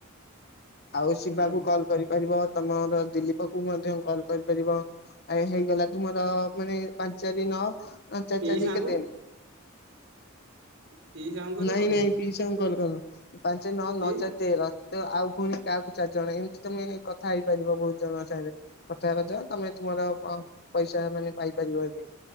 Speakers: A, on the left; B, on the right.
A: ଆଉ ଶିବାକୁ
B: ହୁଁ
A: କଲ କରିପାରିବ ତମର ଦିଲୀପ କ ମଧ୍ୟ କଲ୍ କରିପାରିବ। ଆ ହେଇଗଲା ତୁମର ମାନେ ପାଞ୍ଚ ଚାରି ନଁ। ଆ ଚାଚା
B: ପିଇସାଙ୍କୁ
A: ଯ କେତେ ନ
B: ପିଇସାଙ୍କୁ କରିହବନି
A: ନାଇଁ ଇ କଲ କଲୁ ପାଞ୍ଚ ଚାରି ନଅ
B: କି
A: ନଅ ଚାରି ତେର ଆଉ ପୁଣି କାହାକୁ ଚାରିଜଣ ଏମିତି ତମେ କଥା ହେଇପାରିବ ବହୁତ ଜଣ ସାଙ୍ଗରେ। କଥା କଥା ତମେ ତୁମର ପଇସା ମାନେ ପାଇପାରିବ ଏବେ।